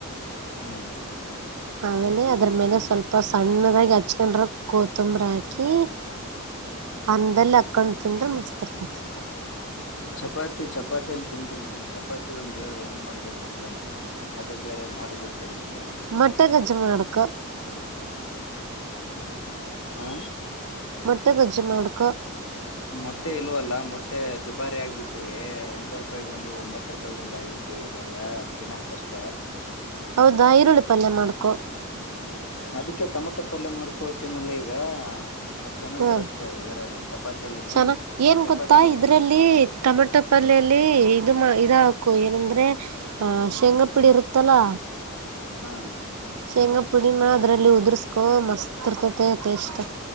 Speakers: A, on the left; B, on the right.
A: ಹ್ಮ
B: ಆಮೇಲೆ ಅದ್ರ ಮೇಲೆ ಸ್ವಲ್ಪ ಸಣ್ಣದಾಗಿ ಹಚ್ಕೊಂಡ್ರ ಕೊತ್ತಂಬ್ರ ಹಾಕಿ
A: <inaudible>
B: ಅನ್ನದಲ್ಲಿ ಅಕೊಂಡು ತಿಂದ್ರ ಮಸ್ತ್ ಇರ್ತತಿ
A: ಚಪಾತಿ ಚಪಾತಿಯಲ್ಲಿ ತಿಂತೀನಿ ಚಪಾತಿದೊಂದು ಹೇಳು ಹೆಂಗ್ ಮಾಡ್ಬೇಕ ಅಂತ ಅಂದ್ರೆ ಅದು ಬೇರೆ ಮಾಡಿ ಬಿಡ್ತೀನಿ ಹಂಗೆ
B: ಮೊಟ್ಟೆ ಗಜ್ಜು ಮಾಡಕ
A: ಹಾ
B: ಮೊಟ್ಟೆ ಗೊಜ್ಜು ಮಾಡ್ಕೊ
A: ಮೊಟ್ಟೆ ಇಲ್ವಲ್ಲ ಮೊಟ್ಟೆ ದುಬಾರಿ ಆಗ್ ಬಿಟ್ಟಿವೇ ಎಂಟ ರೂಪಾಯಗ ಒಂದು ಒಂಬತ್ತು ರೂಪಾಯಗ ಒಂದು ಆಗಿಬಿಟ್ಟಿವ ಇವಾಗ ಈಗೆಲ್ಲಾ ತಿನ್ನೋದು ಕಷ್ಟ
B: ಹೌದಾ ಈರುಳ್ಳಿ ಪಲ್ಯ ಮಾಡ್ಕೊ
A: ಅದಕ್ಕೆ ಟೊಮೊಟೊ ಪಲ್ಯ ಮಾಡ್ಕೊಳ್ತೀನಲ್ಲ ಈಗ ಅ ಚೆನ್ನಾಗಿರುತ್ತೆ
B: ಹ್ಞೂ
A: ಇದರಲ್ಲಿ ಚಪಾತಿ ಅಲ್ಲಿನೂ
B: ಚೆನ್ನ ಏನ್
A: ಚಪಾತಿ
B: ಗೊತ್ತಾ
A: ಮಾಡೋದ
B: ಇದ್ರಲ್ಲಿ ಟೊಮೆಟೊ ಪಲ್ಯಲ್ಲಿ ಇದು ಮಾ ಇದು ಹಾಕು ಏನಂದ್ರೆ ಆ ಶೇಂಗ ಪಿಡಿ ಇರುತ್ತಲ್ಲಾ
A: ಹಾ
B: ತೆಂಗಾ ಪುಡಿನ ಅದರಲ್ಲಿ ಉದುರ್ಸ್ಕೊ ಮಸ್ತ್ ಇರ್ತತೆ ಟೇಸ್ಟ್